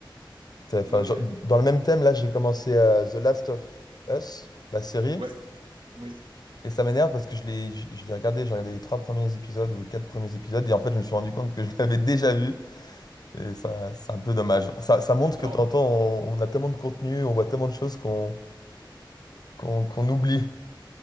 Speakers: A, on the left; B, on the right.
A: Ça savait faire.
B: Ouais, ouais,
A: Genre, dans le même thème, là, j'ai commencé euh, The Last of Us, la série.
B: ouais, oui.
A: Et ça m'énerve parce que je l'ai je je l'ai regardé, j'ai regardé les 3 premiers épisodes ou 4 premiers épisodes et en fait, je me suis rendu compte que je <laughs> l'avais déjà vu et ça, c'est un peu dommage. Ça, ça montre
B: Alors,
A: que de temps en temps, on, on a tellement de contenu, on voit tellement de choses qu'on qu'on qu'on oublie.